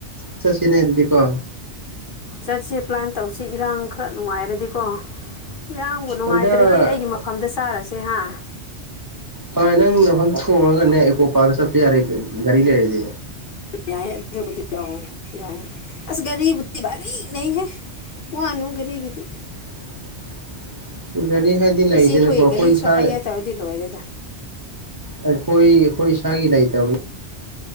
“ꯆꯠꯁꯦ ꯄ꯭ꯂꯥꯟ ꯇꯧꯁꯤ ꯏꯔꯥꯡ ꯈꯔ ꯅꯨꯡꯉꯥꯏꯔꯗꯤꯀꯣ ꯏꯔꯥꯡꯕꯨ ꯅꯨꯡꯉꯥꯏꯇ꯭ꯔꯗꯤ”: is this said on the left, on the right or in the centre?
Left